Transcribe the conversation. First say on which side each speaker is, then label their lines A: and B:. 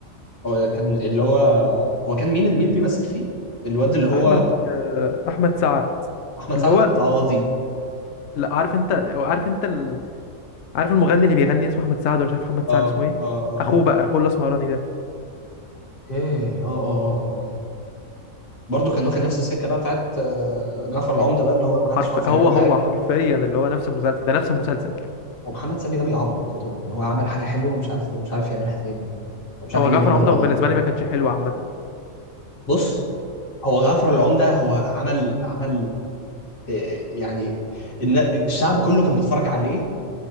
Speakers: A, on the left; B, on the left.
A: هو كان اللي هو هو كان مين مين اللي بيمثل فيه الواد اللي هو
B: أحمد آه، أحمد سعد
A: احمد
B: اللي
A: سعد
B: هو
A: واحمد العوضي
B: لا عارف أنت أو عارف أنت ال... عارف المغني اللي بيغني اسمه أحمد سعد ولا مش عارف محمد
A: اه
B: سعد اسمه إيه
A: اه اه
B: أخوه
A: اه
B: بقى أخوه الأسمراني ده
A: ايه اه اه اه آه. برضه كان واخد نفس السكه بقى بتاعت آه، جعفر العمده بقى اللي هو ما حدش
B: حرف
A: عارف يعمل
B: هو
A: له حاجه
B: هو حرفيا اللي هو نفس المسلسل ده نفس المسلسل
A: ومحمد سامي ده بيعبط والله ان هو عمل حاجه حلوه ومش عارف ومش عارف يعملها تاني ومش عارف
B: هو
A: يجيب
B: جعفر
A: محمد
B: عمده
A: رمضان
B: بالنسبه لي ما كانش حلو عامه
A: بص هو جعفر العمده هو عمل عمل آه، يعني الن- الشعب كله كان بيتفرج عليه